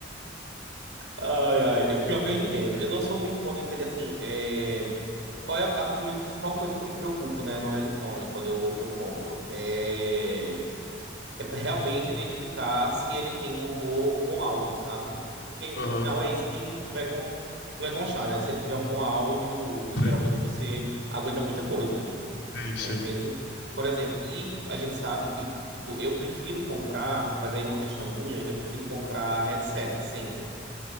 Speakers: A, on the right; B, on the left.
A: Ai, ai. Eu- Pior que eu entendo. Eu não sou muito bom de entender, assim, é, qual é a, a minha principal coisa que eu me preocupo, né, no headphone, quando eu, eu compro. É... é pra realmente identificar se ele tem um bom, um bom áudio, sabe? Porque,
B: Aham,
A: no final, é isso que, que vai, con... que vai constar, né? Se ele tiver um bom áudio, geralmente
B: sim,
A: você aguenta muita coisa,
B: sim, sim.
A: né? Mesmo, por exemplo, e a gente sabe... E, Tipo, eu prefiro comprar, mas aí é uma questão minha, eu prefiro comprar headset sempre.